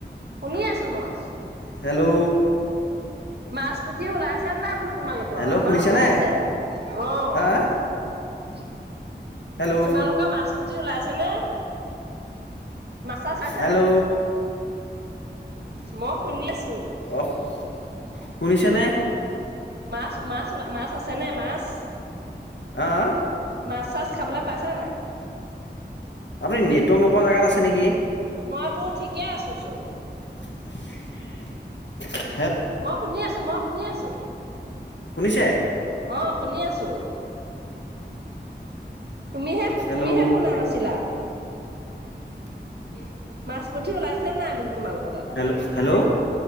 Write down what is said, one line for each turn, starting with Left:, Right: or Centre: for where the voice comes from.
Right: শুনি আছোঁ মই।
Left: হেল্ল'?
Right: মাছ-পুঠি ওলাইছে নে নাই বোলো। তোমালোকৰ?
Left: হেল্ল'
Right: আমাৰ
Left: শুনিছেনে
Right: ওলাইছে অ'
Left: আ আ হেল্ল'
Right: তোমালোকেও মাছ পুঠি ওলাইছে নে? মাছ-চাছ চাইছে
Left: হেল্ল'
Right: নাই? মই শুনি আছোঁ।
Left: অহ। শুনিছে নে?
Right: মাছ, মাছ, মাছ আছে নে মাছ?
Left: অ'
Right: মাছ-চাছ খাবলৈ পাইছা নে নাই?
Left: আপুনি নেটৱৰ্ক নোপোৱা জেগাত আছে নেকি?
Right: মইতো ঠিকেই আছোচোন।
Left: <inaudible>
Right: মই শুনি আছো, মই শুনি আছো।
Left: শুনিছে
Right: অ' শুনি আছো। তুমিহে,
Left: হেল্ল'
Right: তুমিহে শুনা নাছিলা।
Left: <inaudible>
Right: মাছ- পুঠি ওলাই চেনে নাই বোলো তোমালোকৰ তাত?
Left: হেল্ল' হেল্ল'